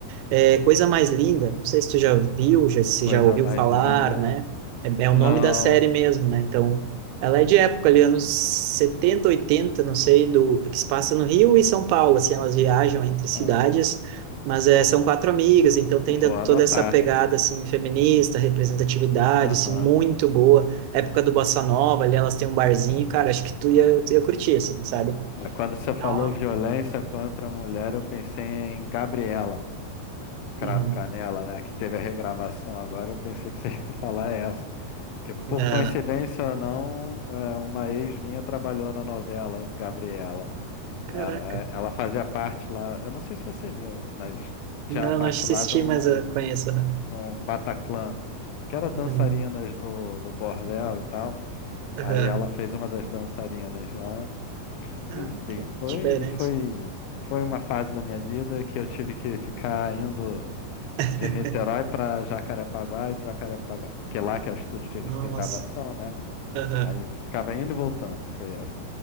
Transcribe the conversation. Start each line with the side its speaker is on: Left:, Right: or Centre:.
Right: É Coisa Mais Linda, não sei se tu já viu, já, se
Left: Coisa
Right: já ouviu
Left: mais
Right: falar,
Left: linda.
Right: né? É, é
Left: Não.
Right: o nome da série mesmo, né? Então, ela é de época ali, anos 70 80 não sei, do que se passa no Rio e São Paulo, assim, elas viajam entre cidades,
Left: Ah,
Right: mas é, são quatro amigas, então tem
Left: vou
Right: da- toda
Left: anotar.
Right: essa pegada, assim, feminista, representatividade,
Left: Aham.
Right: assim, muito boa. Época do Bossa Nova, ali elas têm um barzinho,
Left: é.
Right: cara, acho que tu ia, tu ia curtir, assim, sabe?
Left: É, Quando você falou
Right: Não,
Left: violência contra a mulher, eu pensei em Gabriela Cravo
Right: Uhum.
Left: e Canela, né? Que teve a regravação agora. Eu pensei que você <laughs> ia falar essa. Porque, por
Right: Ah,
Left: coincidência ou não, é, uma ex minha trabalhou na novela Gabriela.
Right: Caraca.
Left: Ela, é, ela fazia parte lá. Eu não sei se você viu, mas tinha
Right: Não,
Left: uma parte
Right: não assisti,
Left: lá de um,
Right: mas eu conheço. aham.
Left: de um Bataclan, que era dançarinas
Right: Uhum.
Left: do, do bordel e tal.
Right: Aham.
Left: Aí ela fez uma das dançarinas lá.
Right: Ah,
Left: Enfim,
Right: que
Left: foi,
Right: diferente.
Left: foi, foi uma fase da minha vida que eu tive que ficar indo
Right: <laughs>
Left: de Niterói para Jacarepaguá, e de Jacarepaguá, que lá que é o estúdio de,
Right: Nossa.
Left: de gravação, né?
Right: Aham.
Left: Aí ficava indo e voltando, porque